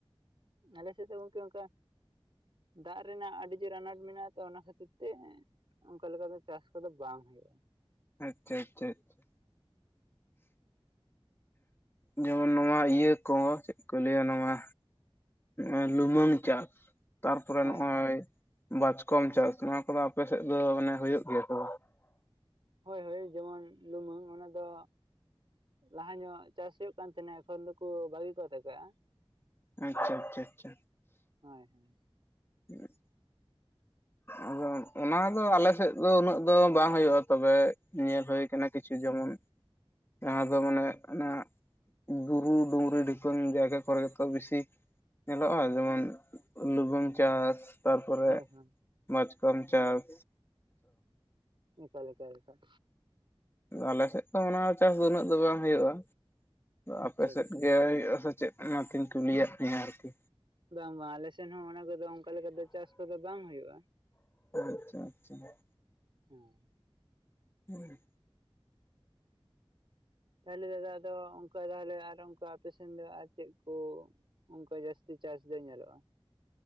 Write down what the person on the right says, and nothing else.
ᱟᱞᱮ ᱥᱮᱫ ᱫᱚ ᱜᱚᱝᱠᱮ ᱚᱱᱠᱟ ᱫᱟᱜ ᱨᱮᱱᱟᱜ ᱟᱹᱰᱤ ᱡᱳᱨ ᱟᱱᱟᱴ ᱢᱮᱱᱟᱜ-ᱟ ᱛᱚ ᱚᱱᱟ ᱠᱷᱟᱹᱛᱤᱨ ᱛᱮ ᱚᱱᱠᱟ ᱞᱮᱠᱟᱛᱮ ᱪᱟᱥ ᱠᱚᱫᱚ ᱵᱟᱝ ᱦᱩᱭᱩᱜ-ᱟ᱾
ᱦᱳᱭ
ᱦᱳᱭ
ᱦᱳᱭ ᱦᱳᱭ ᱮ ᱡᱮᱢᱚᱱ ᱞᱩᱢᱟᱹᱝ ᱚᱱᱟ ᱫᱚ ᱞᱟᱦᱟ ᱧᱚᱜ ᱪᱟᱥ ᱦᱩᱭᱩᱜ ᱠᱟᱱ ᱛᱟᱦᱮᱸᱱᱟ ᱮᱠᱷᱚᱱ ᱫᱚᱠᱚ ᱵᱷᱟᱹᱜᱤ ᱠᱚ ᱟᱛᱮ ᱠᱟᱜ-ᱟ
ᱦᱳᱭ ᱦᱳᱭ
ᱦᱳᱭ ᱦᱳᱭ
ᱮᱠᱟᱞ ᱮᱠᱟᱞ ᱮᱠᱟᱞ,
ᱟᱪᱪᱷᱟ
ᱟᱪᱪᱷᱟ
ᱵᱟᱝ ᱵᱟᱝ ᱟᱞᱮ ᱥᱮᱱ ᱦᱚᱸ ᱚᱱᱟ ᱠᱚᱫᱚ ᱚᱱᱠᱟ ᱞᱮᱠᱟ ᱫᱚ ᱪᱟᱥ ᱠᱚᱫᱚ ᱵᱟᱝ ᱦᱩᱭᱩᱜ-ᱟ᱾
ᱦᱩᱸ
ᱛᱟᱦᱚᱞᱮ ᱫᱟᱫᱟ ᱟᱫᱚ ᱚᱱᱠᱟ ᱛᱟᱦᱚᱞᱮ ᱟᱨ ᱚᱱᱠᱟ ᱟᱯᱮ ᱥᱮᱫ ᱫᱚ ᱟᱨ ᱪᱮᱫ ᱠᱩ? ᱚᱱᱠᱟ ᱡᱟᱹᱥᱛᱤ ᱪᱟᱥ ᱫᱚ ᱧᱮᱞᱚᱜ-ᱟ,